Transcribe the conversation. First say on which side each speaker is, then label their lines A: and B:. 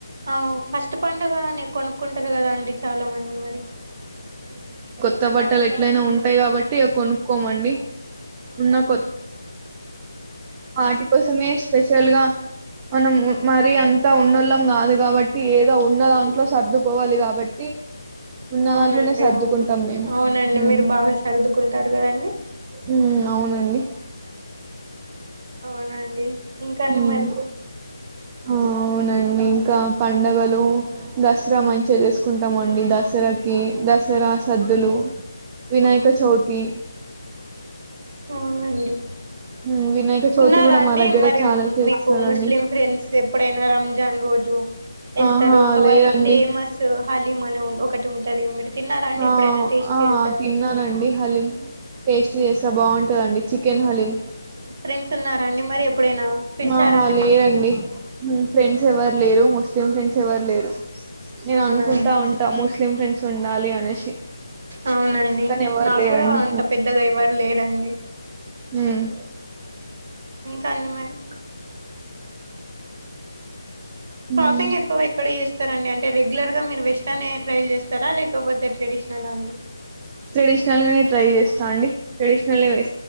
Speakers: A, on the right (about 40°); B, on the right (about 20°).
A: ఆ ఫస్ట్ పండుగ అనే కొనుక్కుంటారు కదా అండి చాలా మంది మరి
B: కొత్తబట్టలు ఎట్లయినా ఉంటాయి కాబట్టి కొనుక్కోమండి
A: అవునండి
B: ఉన్న కొద్ వాటి కోసమే స్పెషల్ గా మనం మరి అంతా ఉన్నోళ్ళం కాదు కాబట్ ఏదో ఉన్న దాంట్లో సర్దుకోవాలి కాబట్టి ఉన్న
A: అవునండి
B: దాంట్లోనే సర్దుకుంటాం
A: అవును,
B: మేము.
A: అవునండి
B: హ్మ్.
A: మీరు బాగా సర్దుకుంటారు కదండి
B: హ్మ్. అవునండి
A: అవునండి ఇంకా అండి
B: మ్మ్
A: మరి
B: ఆ అవునండి ఇంకా పండగలు దసరా మంచిగా చేసుకుంటామండి దసరాకి దసరా సద్దులు వినాయక చవితి
A: అవునండి
B: ఉమ్, వినాయక చవితి
A: ఉన్నారా
B: కూడా
A: అండి
B: మా దగ్గర
A: మరి
B: చాలా
A: <inaudible>
B: చేస్తారండి
A: మీకు ముస్లిం ఫ్రెండ్స్ ఎప్పుడైనా రంజాన్ రోజు వెళ్తారు
B: ఆహా
A: ఇంకా
B: లేదండి
A: వాళ్ళ ఫేమస్ హలీమను ఒకటి ఉంటది తిన్నారా అండి
B: ఆ
A: ఎప్పుడైనా టేస్ట్
B: ఆ
A: చేసారా
B: తిన్నానండి హలీం చేసా బాగుంటదండి చికెన్ హలీం
A: ఫ్రెండ్స్ ఉన్నారా అండి మరి ఎప్పుడైనా పిలిచారండి
B: ఆహా లేరండి
A: మిమ్మల్ని
B: ఫ్రెండ్స్ ఎవరు లేరు ముస్లిం ఫ్రెండ్స్ ఎవరు లేరు నేను
A: అవునండి
B: అనుకుంటా ఉంటా మోస్ట్ ఫ్రెండ్స్ ఉండాలి అనేసి
A: అవునండి
B: కానీ ఎవరు
A: నా
B: లేరండి
A: కూడా అంత పెద్దగా ఎవరు లేరండి
B: హ్మ్మ్
A: ఇంకా అండి మరి షాపింగ్
B: ఉమ్,
A: ఎక్కొ ఎక్కడ చేస్తారు సర రెగ్యులర్ గా మీరు వెస్ట్ కనే ట్రైల్ చేస్తారా లేకపోతే ట్రెడిషనల్ అండి
B: ట్రెడిషనల్ గానే ట్రై చేస్తా అండి ట్రెడిషనల్ వే